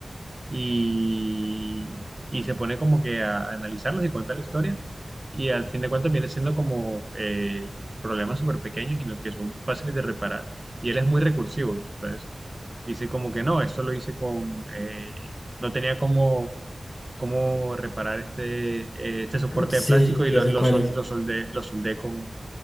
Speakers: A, on the right; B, on the left.
A: y, y se pone como que a, a analizarlos y cuenta la historia. Y al fin de cuentas viene siendo como eh, problemas súper pequeños y no- que son fáciles de reparar. Y él es muy recursivo. Entonces dice como que no, esto lo hice con... eh, no tenía cómo, cómo reparar este, eh, este soporte
B: Sí,
A: de plástico y
B: ya
A: lo,
B: sé
A: lo,
B: cuál
A: sol-
B: es.
A: lo soldé, lo soldé con,